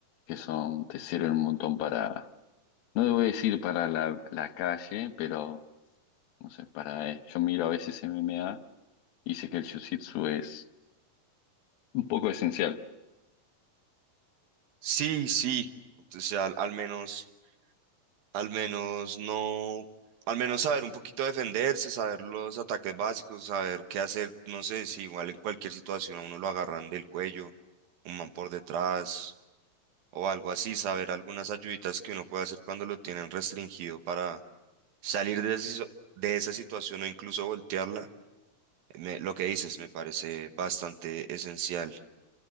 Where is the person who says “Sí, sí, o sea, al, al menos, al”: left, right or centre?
Right